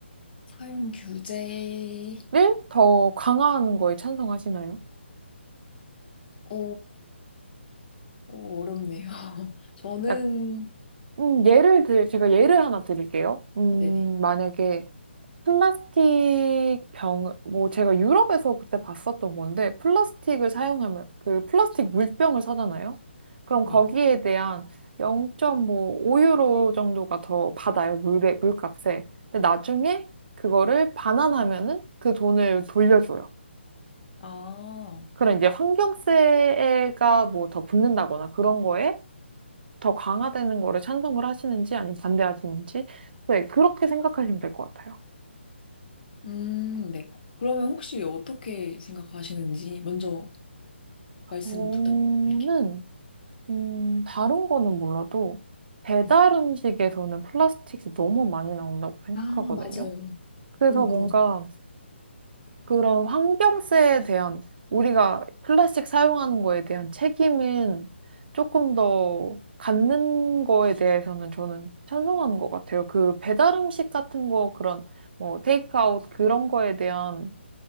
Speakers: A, on the left (about 50°); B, on the right (about 50°).
A: 사용 규제,
B: 네? 더 강화하는 거에 찬성하시나요?
A: 어, 어, 어렵네요. <laughs> 저는,
B: 약- 음, 예를 들, 제가 예를 하나 드릴게요. 음,
A: 네네. 네.
B: 만약에 플라스틱 병, 뭐 제가 유럽에서 그때 봤었던 건데, 플라스틱을 사용하면, 그 플라스틱 물병을 사잖아요? 그럼
A: 네.
B: 거기에 대한 0.5유로 정도가 더 받아요, 물에, 물값에. 근데 나중에 그거를 반환하면은 그 돈을 돌려줘요.
A: 아.
B: 그런 이제 환경세가 뭐 더 붙는다거나 그런 거에 더 강화되는 거를 찬성을 하시는지 아니면 반대하시는지. 네, 그렇게 생각하시면 될 것 같아요.
A: 음, 네. 그러면 혹시 어떻게 생각하시는지 먼저 말씀
B: 저는
A: 부탁드릴게요.
B: 음, 다른 거는 몰라도 배달
A: 네.
B: 음식에서는 플라스틱이 너무 많이 나온다고 생각하거든요.
A: 아, 맞아요.
B: 그래서
A: 그건
B: 뭔가
A: 그런.
B: 그런 환경세에 대한 우리가 플라스틱 사용하는 거에 대한 책임은 조금 더 갖는 거에 대해서는 저는 찬성하는 것 같아요. 그 배달 음식 같은 거 그런 뭐 테이크아웃 그런 거에 대한